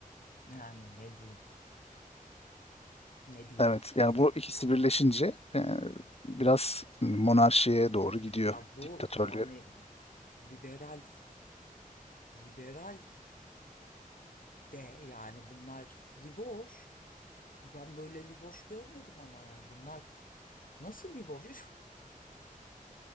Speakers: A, on the left; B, on the left.
A: yani ne diyeyim? Ne diyelim?
B: Evet, yani bu ikisi birleşince e, biraz monarşiye doğru gidiyor,
A: Ya bu
B: diktatörlüğe.
A: yani liberal liberal de yani bunlar liboş. Ben böyle liboş görmedim ama ya bunlar nasıl liboş?